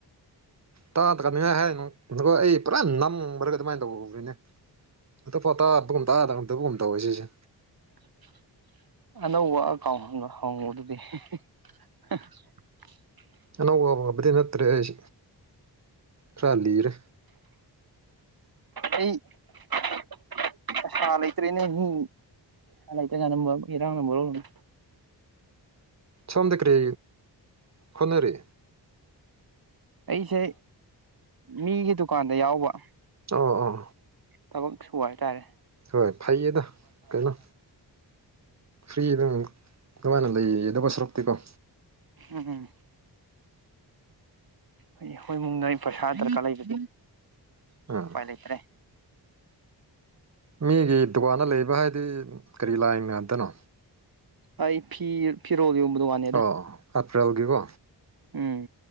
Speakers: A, on the right; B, on the right.
A: ꯇꯥꯗ꯭ꯔꯝꯅꯤꯅ ꯍꯥꯏꯅꯨ ꯑꯗꯨꯒ ꯑꯩ ꯄꯨꯔꯥ ꯅꯝꯒ꯭ꯔꯒ ꯑꯗꯨꯃꯥꯏꯅ ꯇꯧꯕꯅꯤꯅꯦ <unintelligible> ꯇꯥꯗꯕꯒꯨꯝ ꯇꯧꯋꯦ ꯁꯤꯁꯦ
B: <unintelligible> ꯑꯅꯧꯕ ꯑꯀꯥꯎꯟ ꯍꯪ ꯍꯪꯕꯗꯨꯗꯤ <unintelligible>
A: ꯑꯅꯧꯕ ꯍꯧꯕꯗꯤ ꯅꯠꯇ꯭ꯔꯦ ꯑꯩ ꯈꯔ ꯂꯤꯔꯦ
B: ꯑꯩ <unintelligible> ꯄꯩꯁꯥ ꯂꯩꯇ꯭ꯔꯦꯅꯦ ꯃꯤ ꯄꯩꯁꯥ ꯂꯩꯇ꯭ꯔꯤꯉꯥꯏꯗ ꯏꯔꯥꯡꯅ ꯃꯔꯣꯟ ꯑꯃ
A: ꯁꯣꯝꯗꯤ ꯀ꯭ꯔꯤ ꯍꯣꯠꯅꯔꯤ
B: ꯑꯩꯁꯦ ꯃꯤꯒꯤ ꯗꯨꯀꯥꯟꯗ ꯌꯥꯎꯕ
A: ꯑꯣ ꯑꯣ
B: ꯊꯕꯛꯁꯨ ꯋꯥ ꯇꯥꯏꯔꯦ
A: ꯍꯣꯏ ꯐꯥꯏꯌꯦꯗ ꯀꯩꯅꯣ ꯐ꯭ꯔꯤꯗꯪ ꯅꯨꯉꯥꯏꯅ ꯂꯩꯒꯗꯕ ꯁꯔꯨꯛꯇꯤꯀꯣ
B: ꯎꯝꯝ ꯍ ꯍꯣꯏ ꯃꯨꯡꯗ ꯑꯩ ꯄꯩꯁꯥ ꯗꯔꯀꯥꯔ ꯂꯩꯕꯗꯤ
A: ꯑꯥ
B: ꯎꯄꯥꯏ ꯂꯩꯇ꯭ꯔꯦ
A: ꯃꯤꯒꯤ ꯗꯨꯀꯥꯟꯗ ꯂꯩꯕ ꯍꯥꯏꯗꯤ ꯀꯔꯤ ꯂꯥꯏꯟ ꯉꯥꯛꯇꯅꯣ
B: ꯑꯩ ꯐꯤ ꯐꯤꯔꯣꯜ ꯗꯨꯀꯥꯟꯅꯦꯗ
A: ꯑꯣ ꯑꯦꯄ꯭ꯔꯜꯒꯤꯀꯣ
B: ꯎꯝ